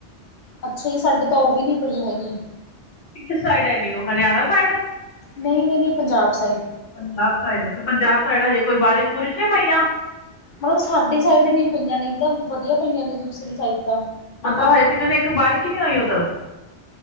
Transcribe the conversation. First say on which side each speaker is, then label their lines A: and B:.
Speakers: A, on the left; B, on the left.
A: ਅੱਛਾ ਜੀ ਸਾਡੇ ਤਾ ਉਹ ਵੀ ਨੀ ਪਈ ਹੈਗੀ।
B: ਕਿਸ ਸਾਈਡ ਹੈਗੇ ਹੋ ਹਰਿਆਣਾ ਸਾਈਡ?
A: ਨਹੀ- ਨਹੀ, ਨਹੀ ਪੰਜਾਬ ਸਾਈਡ।
B: ਪੰਜਾਬ ਸਾਈਡ ਤੇ ਪੰਜਾਬ ਸਾਈਡ ਹਜੇ ਕੋਈ ਬਾਰਿਸ਼- ਬੁਰਿਸ਼ ਨਹੀ ਪਈਆਂ।
A: ਮਤਲਬ ਸਾਡੇ ਸਾਈਡ ਨਹੀਂ ਪਈਆਂ ਨਈ ਤਾਂ ਵਧੀਆ ਪਈਆਂ ਨੇ ਦੂਸਰੀ ਸਾਈਡ ਤਾਂ
B: ਅਦਾ ਹਏ 'ਤਨਕ ਇੱਕ ਬਾਰਿਸ਼ ਹੀ ਨਹੀਂ ਹੋਈ ਉਧਰ।